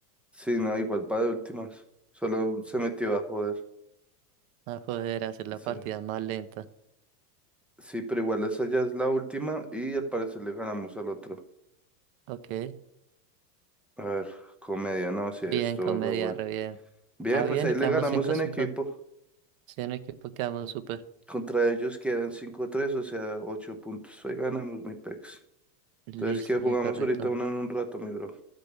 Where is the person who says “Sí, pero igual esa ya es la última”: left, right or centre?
Centre